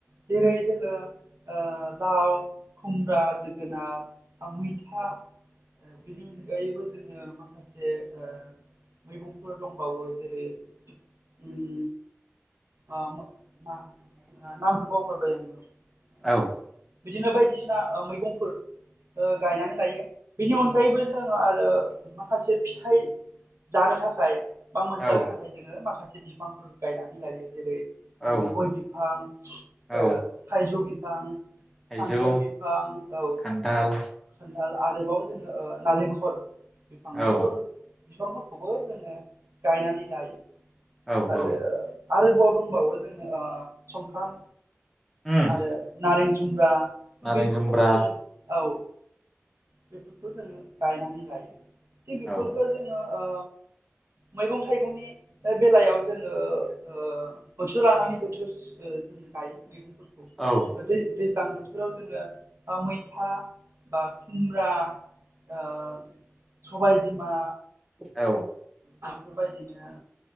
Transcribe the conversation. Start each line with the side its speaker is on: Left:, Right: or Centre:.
Right: जेरै जोङो ओ लाव। खुमब्रा जोगोनार बा मैथा। बिनि अनगायैबो जोङो माखासे ओ मैगंफोर दं। दंबावो जेरै उम ओ मो मा नामखो बावगारबाय आं।
Centre: औ
Right: बिदिनो बायदिसिना ओ मैगंफोर ओ गायनानै लायो बेनि अनगायै बो जों आरो माखासे फिथाइ जानो थाखाय बा मोनजानो
Centre: औ
Right: थाखाय जोङो माखासे बिफांफोर गायनानै लायो जेरै जोङो
Centre: औ
Right: गय बिफां
Centre: औ
Right: ओ थाइजौ बिफां।
Centre: थाइजौ
Right: खान्थाल बिफां औ
Centre: खान्थाल
Right: खान्थाल आ आरोबाव जोङो ओ नारेंखल बिफां
Centre: औ
Right: बिफोर बिफांफोरखौबो जोङो गायनानै लायो
Centre: औ
Right: आरो
Centre: औ
Right: आरोदबाव दंबावो जोङो ओ संफ्राम
Centre: उम
Right: आरो नारें जुम्ब्रा।
Centre: नारें
Right: बेफोरखौबो
Centre: जुम्ब्रा
Right: जों औ बेफोरखौ जोङो गायनानै लायो। बे बिफोरखो
Centre: औ
Right: जोङो ओ मैगं थाइगंनि बे बेलायाव जोङो ओ बोथोर लानानै बोथोर जोङो उम गायो मैगंफोरखौ
Centre: औ
Right: जोङो दै दैज्लां बोथोराव जोङो ओ मैथा। बा खुमब्रा ओ सबायबिमा।
Centre: औ।
Right: बेफोरबायदिनो